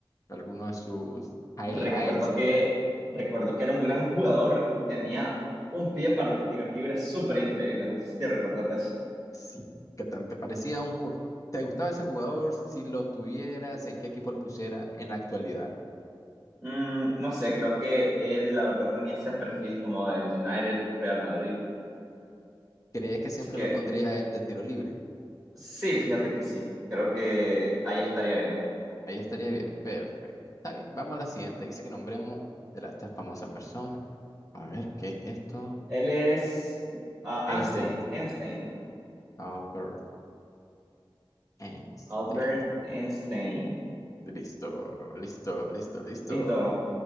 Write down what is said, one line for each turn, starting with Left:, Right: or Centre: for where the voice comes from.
Left: ¿Alguno de sus highlights?
Centre: recuerdo que, recuerdo que era un gran jugador y tenía un pie para los tiros libres súper increíble. No sé si te recordás de eso.
Left: Sí, ¿qué tal? ¿Te parecía un jugador? ¿Te gustaba ese jugador? Si lo tuvieras, ¿en qué equipo lo pusiera en la actualidad?
Centre: Mm, no sé, creo que él la verdad tenía ese perfil como del United, Real Madrid.
Left: ¿Crees que siempre
Centre: Así que
Left: lo pondría a él de tiro libre?
Centre: sí, fíjate que sí. Creo que ahí estaría bien.
Left: Ahí estaría bien, perfecto. Está bien, vamos a la siguiente. Dice que nombremos de la, esta famosa persona. A ver, ¿qué es esto?
Centre: Él es ah,
Left: Einstein.
Centre: Amstein, Amstein,
Left: Albert Einstein.
Centre: Albert Einstein.
Left: Listo, listo, listo, listo.
Centre: Listo,